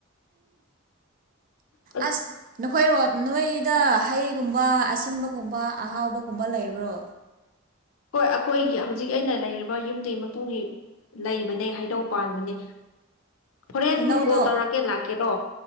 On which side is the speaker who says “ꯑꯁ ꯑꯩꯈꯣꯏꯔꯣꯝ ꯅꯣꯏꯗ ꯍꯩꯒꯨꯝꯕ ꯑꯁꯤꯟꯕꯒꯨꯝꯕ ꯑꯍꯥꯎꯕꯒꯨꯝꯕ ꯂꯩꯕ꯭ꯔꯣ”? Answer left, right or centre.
Right